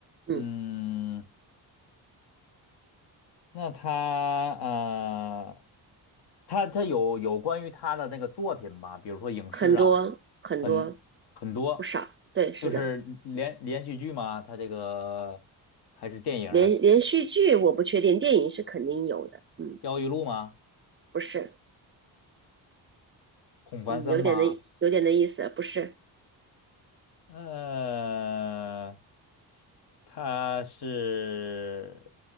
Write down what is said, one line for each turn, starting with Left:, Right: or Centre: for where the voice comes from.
Right: 嗯。
Left: 嗯。那他呃，他他有有关于他的那个作品吗？比如说影视啊，
Right: 很多很多
Left: 很很多，
Right: 不少，对，是的，
Left: 就是连连续剧吗？他这个还是电影儿
Right: 连连续剧我不确定，电影是肯定有的，嗯，
Left: 焦裕禄》吗？
Right: 不是，
Left: 孔繁森吗？
Right: 嗯，有点的有点的意思，不是，
Left: 呃，他是，